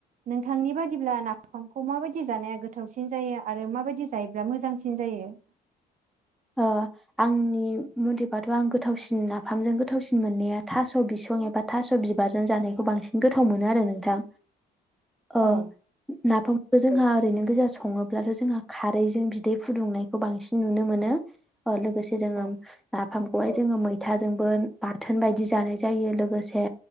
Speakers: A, on the right (about 50°); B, in the centre.
A: नोंथांनि बादिब्ला नाफामखौ माबादि जानाया गोथावसिनजायो आरो माबादि जायोब्ला मोजांसिन जायो।
B: ओह आंनि मुथैबाथ आं गोथावसिन नाफामजों गोथावसिन मोननाया थास बिसं एबा थास बिबारजों जानायखौ बांसिन गोथाव मोनोआरो नोंथां। ओह
A: औ
B: नाफाम जोंहा ओरैनोगोजा सङोब्लाथ जोंहा खारैजों बिदै फुदुंनायखौ बांसिन नुनोमोनो। ओह लोगोसेजोङो
A: औ
B: नाफाम खौहाय जोङो मैथाजोंबो बाथोन बायदि जानाय जायो लोगोसे